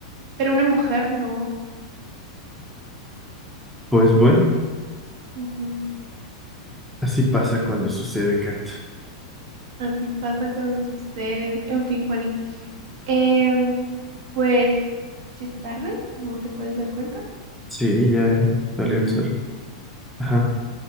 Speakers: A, on the right; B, in the centre.
A: Pero una mujer no.
B: pues bueno,
A: Ujú,
B: así pasa
A: Sí,
B: cuando sucede, Kat.
A: así pasa cuando sucede. En fin, Juani. Em, pues ya es tarde, como te puedes dar cuenta.
B: Sí, ya salió
A: Y
B: el sol. Ajá,